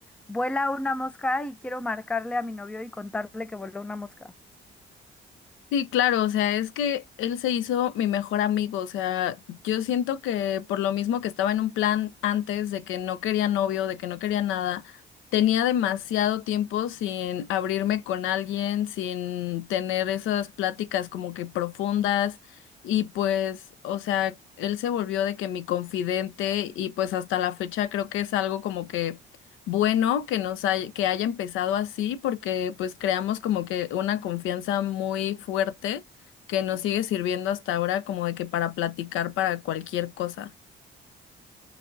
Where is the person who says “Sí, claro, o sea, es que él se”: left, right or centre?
Left